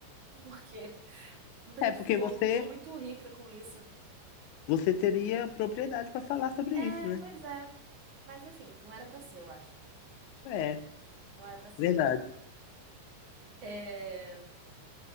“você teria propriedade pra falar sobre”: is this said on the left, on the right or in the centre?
Left